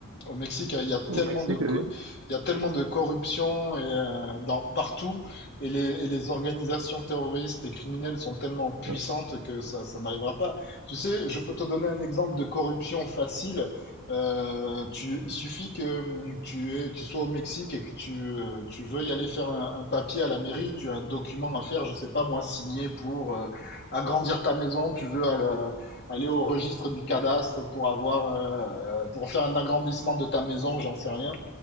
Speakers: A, on the left (about 50°); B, on the right (about 75°).
A: au Mexique. Il y a
B: Au
A: tellement
B: Mexique,
A: de, co-
B: oui.
A: il y a tellement de corruption et, euh, dans, partout. Et les, et les organisations terroristes et criminelles sont tellement puissantes
B: Ouais.
A: que ça, ça n'arrivera pas. Tu sais, je peux te donner un exemple de corruption facile. Euh, tu, il suffit que hum, tu es, tu sois au Mexique et que tu, euh, tu veuilles aller faire un, un papier à la mairie, tu as un document à faire, je sais pas moi, signé pour euh, agrandir ta maison, tu veux euh, aller au registre du cadastre pour avoir, euh, pour faire un agrandissement de ta maison, j'en sais rien.